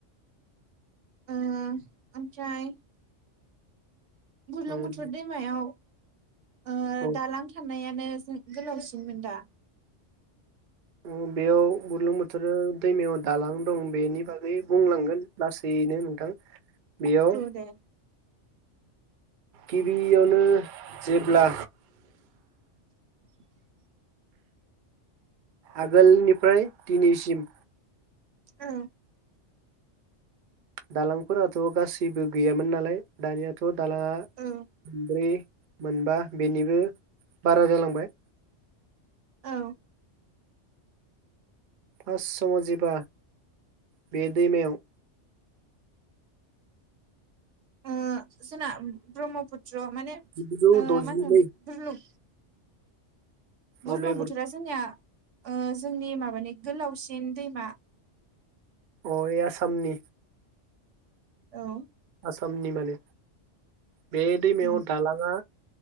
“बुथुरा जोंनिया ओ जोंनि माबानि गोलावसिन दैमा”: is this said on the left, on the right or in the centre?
Right